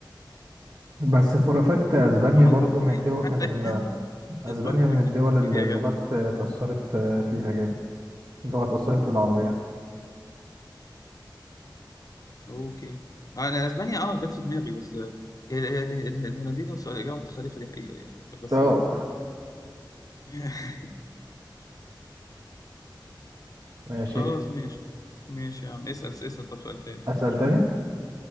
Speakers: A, on the right; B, on the left.
A: بس فور فاكت اسبانيا
B: اللغة
A: برضو
B: المالطية
A: من الدول
B: حتى
A: من ال...
B: <laughs>
A: اسبانيا
B: اسمها
A: من
B: أكيد
A: الدول اللي
B: يا
A: اللغات
B: جدع
A: اتأثرت فيها جامد اللغة اتأثرت بالعربي يعني
B: أوكي آه، أنا أسبانيا أه جت في دماغي بس ال- ال- ال- الهولنديين وصلوا إجابة متخلفة دي حقيقة يعني بس
A: اه
B: <laughs>
A: <laughs> ماشي
B: خلاص ماشي ماشي يا عم اسأل اسأل طب سؤال تاني
A: اسأل تاني